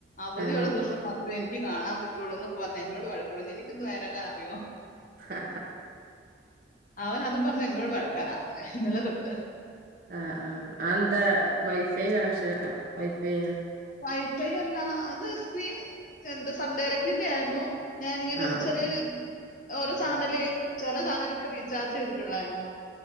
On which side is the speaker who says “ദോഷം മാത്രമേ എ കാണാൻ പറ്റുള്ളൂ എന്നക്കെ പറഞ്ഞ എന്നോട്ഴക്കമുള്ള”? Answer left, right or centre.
Left